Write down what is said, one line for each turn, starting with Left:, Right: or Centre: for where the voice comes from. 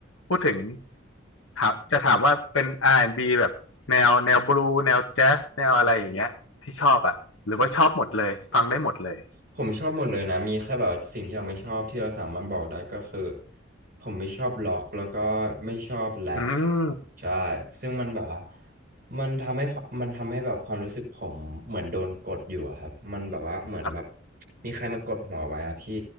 Left: พูดถึงถามจะถามว่าเป็นอาร์แอนด์บ b แบบแนวแนวบลูแนวแจ๊สแนวอะไรอย่างเงี้ยที่ชอบอ่ะหรือว่าชอบหมดเลยฟังได้หมดเลย
Right: ผมชอบหมดเลยนะมีแค่แบบสิ่งที่เราไม่ชอบที่เราสามารถบอกได้ก็คือผมไม่ชอบล็อกแล้วก็ไม่ชอบแรป
Left: อืม
Right: ใช่ซึ่งมันแบบว่ามันทำให้ความมันทำให้แบบความรู้สึกผมเหมือนโดนกดอยู่อะครับมันแบบว่าเหมือนแบบ
Left: ครับ
Right: มีใครมากดหัวไว้อะพี่